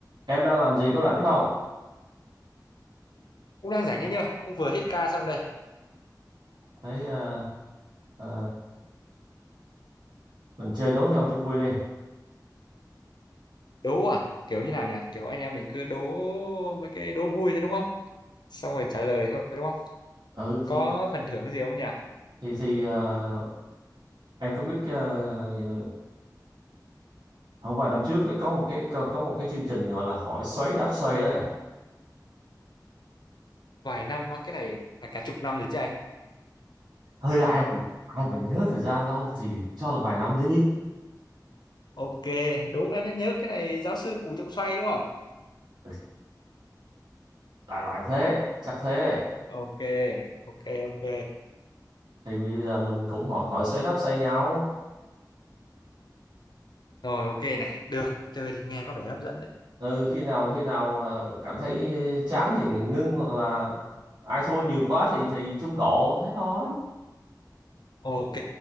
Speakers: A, on the right; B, on the left.
A: Em đang làm gì có rảnh không?
B: cũng đang rảnh ấy nhờ cũng vừa hết ca xong đây
A: Thấy ờ, ờ, mình chơi đố nhau cho vui đi.
B: đố à kiểu như nào nhỉ kiểu anh em mình cứ đố mấy cái đố vui thôi đúng không xong rồi trả lời thôi đúng không
A: Ừ thì
B: có phần thưởng gì không nhỉ
A: thì thì ờ, em có biết uh, không vài năm trước ấy, có một cái có, có một cái chương trình gọi là hỏi xoáy đáp xoay đấy.
B: vài năm á, cái này phải cả chục năm rồi chứ anh
A: Hơi ai mà ai mà nhớ thời gian đâu thì cho là vài năm đi.
B: ok đúng em nhớ cái này giáo sư Cù Trọng Xoay đúng không
A: Ừ, Đại loại thế, chắc thế.
B: ok ok ok
A: Thì bây giờ mình cũng hỏi hỏi xoáy đáp xoay nhau.
B: rồi ok này được chơi thì nghe có vẻ hấp dẫn đấy
A: Ừ khi nào khi nào ờ, cảm thấy chán thì ngưng hoặc là ai thua nhiều quá thì thì trung độ thế thôi.
B: ok